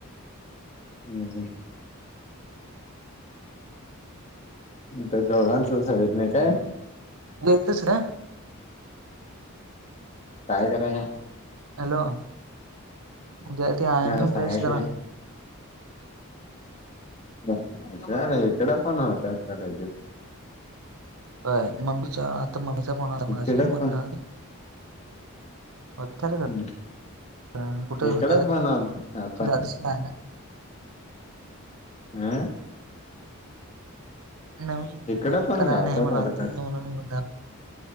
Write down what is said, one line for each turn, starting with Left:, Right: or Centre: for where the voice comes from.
Left: हम्म हम्म ते दोघांचच आहेत नाही काय.
Right: देतोस र.
Left: काय कराय.
Right: हॅलो उद्या ते आयंग
Left: सांगायचे
Right: <unintelligible>
Left: ना इकड पण होतात काढायचे.
Right: हो मम्मीच्या आता मम्मीचा फोन आला
Left: इकड
Right: मगाशी. म्हणाली
Left: पण
Right: <unintelligible>
Left: हम्म
Right: अ कुठे
Left: इकड
Right: होत्यात.
Left: पण आता
Right: तू जातस नाही ना.
Left: हम्म
Right: नवीन
Left: इकडं
Right: नवीन
Left: पण
Right: कराय
Left: गावतात
Right: नाही म्हणाल
Left: वाढत
Right: ते म्हणुन